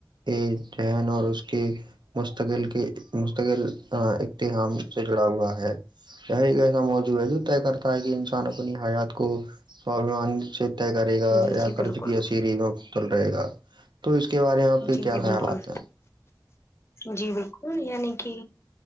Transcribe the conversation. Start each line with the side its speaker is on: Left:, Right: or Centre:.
Right: ایک چین اور اس کے مستقل کے مستقل اختحام سے جڑا ہوا ہے ایک ایسا موضوع ہے طے کرتا ہے کہ انسان اپنی حیات کو سابان چتے کرے گا
Left: جی
Right: یا
Left: جی
Right: کرض
Left: بالکل
Right: کی اصری متل رہے گا تو اس کے بارے میں آپ کے
Left: جی
Right: کیا
Left: جی
Right: خیالات
Left: بالکل
Right: ہیں
Left: جی بالکل یعنی کہ